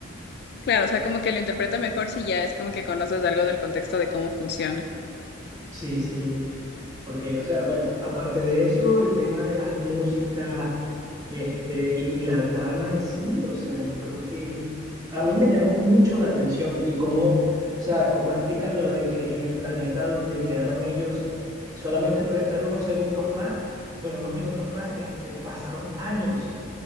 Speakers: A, on the left; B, on the right.
A: claro, o sea, como que lo interpreta mejor si ya es como que conoces algo del contexto de cómo funciona.
B: Sí, sí, porque, o sea, bueno, aparte de eso, el tema de las músicas, este, y, y la trama en sí, o sea, yo creo que a mí me llamó mucho la atención y cómo, o sea, cómo explican lo de que en el planeta donde quedaron ellos, solamente por estar unos segundos más, bueno, unos minutos más, este, pasaron años